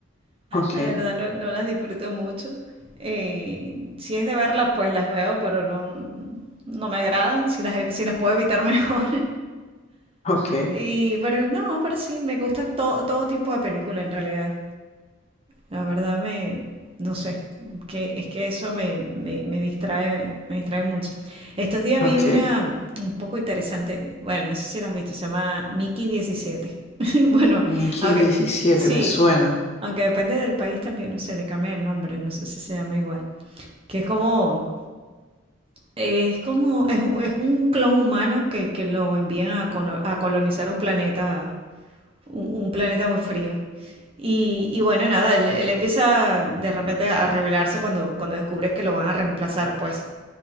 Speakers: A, on the left; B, on the right.
A: Ok,
B: La verdad no, no las disfruto mucho. Eh, si es de verlas, pues las veo, pero no, no me agradan. Si las, si las puedo evitar <laughs> mejor.
A: ok,
B: Y, pero no, pero sí, me gusta to- todo tipo de película en realidad. La verdad me, no sé, que, es que eso me, me, me distrae, me distrae mucho. Estos días vi
A: ok.
B: una un poco interesante, bueno, no sé si la has visto, se llama Mickey diecisiete <laughs> Bueno,
A: Mickey
B: aunque
A: diecisiete
B: sí,
A: me suena.
B: aunque depende del país también, no sé, le cambia el nombre, no sé si se llama igual. Que es como, es como, es, un es un clon humano que, que lo envían a, cono- a colonizar un planeta un, un planeta muy frío. Y, y bueno, nada, él, él empieza de repente a rebelarse cuando, cuando descubres que lo van a reemplazar, pues.